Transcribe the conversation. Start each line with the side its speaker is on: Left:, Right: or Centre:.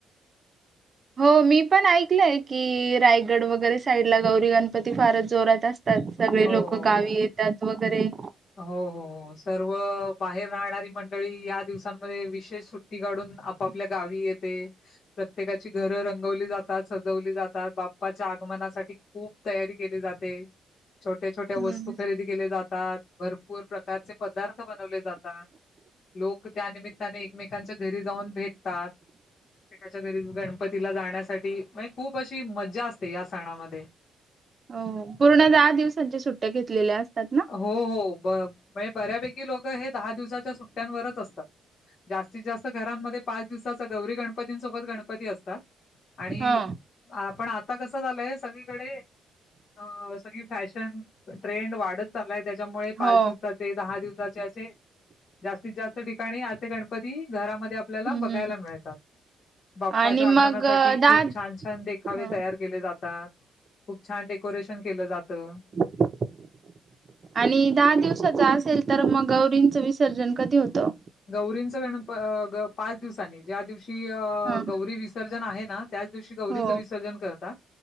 Right: हो मी पण ऐकलंय की रायगड वगैरे साईड ला गौरी गणपती फारच जोरात असतात सगळे
Left: हो
Right: लोक गावी येतात वगैरे
Left: हो हो हो सर्व बाहेर राहणारी मंडळी या दिवसांमध्ये विशेष सुट्टी काढून आपापल्या गावी येत प्रत्येकाची घर रंगवली जातात सजवली जातात बाप्पाच्या आगमनासाठी खूप तयारी केली जाते छोट्या छोट्या
Right: हम्म.
Left: वस्तू खरेदी केले जातात भरपूर प्रकारचे पदार्थ बनवले जातात लोक त्या निमित्ताने एकमेकांच्या घरी जाऊन भेटतात प्रत्येकाच्या घरी गणपतीला जाण्यासाठी म्हनजे खूप अशी मजा असते या सणामध्ये
Right: हो पूर्ण दहा दिवसांच्या सुट्ट्या घेतलेल्या असतात ना?
Left: हो हो ब म्हणजे बऱ्यापैकी लोक हे दहा दिवसाच्या सुट्ट्यांवरच असतात जास्तीत जास्त घरांमध्ये पाच दिवसाचा गौरी गणपतींसोबत गणपती असतात आणि
Right: हा.
Left: आपण आता कसं झालंय सगळीकडे अ सगळी फॅशन ट्रेंड वाढत चाललाय त्याच्यामुळे पाच
Right: हो
Left: दिवसात ते दहा दिवसाचे असे जास्तीत जास्त ठिकाणी असे गणपती घरामध्ये आपल्याला
Right: हम्म
Left: बघायला
Right: हम्म
Left: मिळतात बाप्पाच्या
Right: आणि मग
Left: आगमनासाठी
Right: अ, दहा
Left: खूप छान छान छान देखावे
Right: ह
Left: तयार केले जातात खूप छान डेकोरेशन केलं जातं
Right: <unintelligible> आणि दहा दिवसाचा असेल तर मग गौरींचं विसर्जन कधी होतं
Left: गौरींचं गणप पाच दिवसांनी ज्या दिवशी
Right: हा
Left: गौरी विसर्जन आहे ना त्याच दिवशी गौरीच
Right: हो
Left: विसर्जन करतात